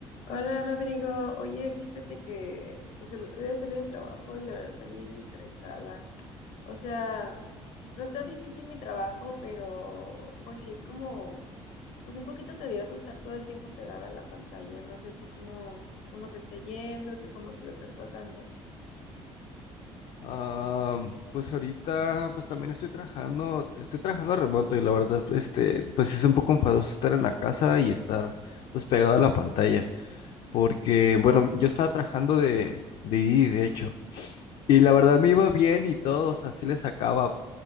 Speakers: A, on the left; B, on the left.
A: Hola Rodrigo, oye, fíjate que pues el otro día salí del trabajo y la verdad salí bien estresada. O sea, no es tan difícil mi trabajo, pero pues sí es como pues un poquito tedioso estar todo el tiempo pegada a la pantalla. No sé a ti cómo, pues, cómo te está yendo, tú cómo te lo estás pasando.
B: Ah, pues ahorita, pues también estoy trabajando, estoy trabajando remoto y la verdad, este, pues sí es un poco enfadoso estar en la casa y estar, pues pegado a la pantalla, porque, bueno, yo estaba trabajando de, de Didi, de hecho, y
A: Ajá,
B: la verdad me iba bien y todo, o sea, sí le sacaba,